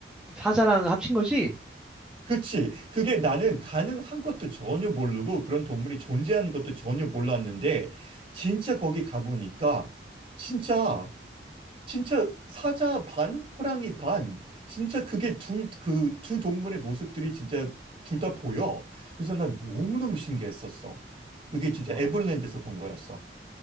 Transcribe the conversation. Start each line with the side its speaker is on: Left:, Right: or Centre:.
Centre: 사자랑 합친 거지?
Right: 그치. 그게 나는 가능한 것도 전혀 모르고 그런 동물이 존재하는 것도 전혀 몰랐는데 진짜 거기 가보니까 진짜 진짜 사자 반 호랑이 반 진짜 그게 둘 그 두 동물의 모습들이 진짜 둘 다 보여. 그래서 나 너무너무 신기했었어. 그게 진짜
Centre: 와,
Right: 에버랜드에서 본 거였어.